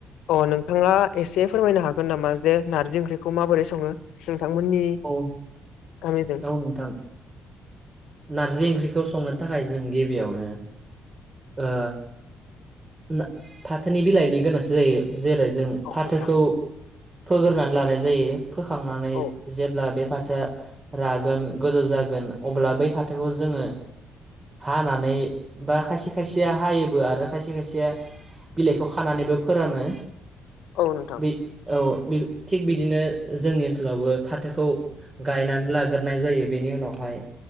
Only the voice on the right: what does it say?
औ
औ नोंथां। नारजि
ओंख्रिखौ संनो थाखाय जों गिबियावनो ओ ना फाथोनि बिलाइनि गोनांथि जायो जेरै जों
फाथोखौ
फोग्रोनानै लानाय जायो फोखांनानै
जेब्ला बे फा थोआ रागोन गोजौ जागोन अब्ला बै फाथोखौ जोङो हानानै बा खायसे खायसेया हायोबो आरो खायसे खायसेआ बिलाइखौ खानानैबो फोरानो।
बे औ बे थिग बिदिनो जोंनि ओनसोलावबो फाथोखौ गायनानै लाग्रोनाय जायो। बेनि उनावहा हाय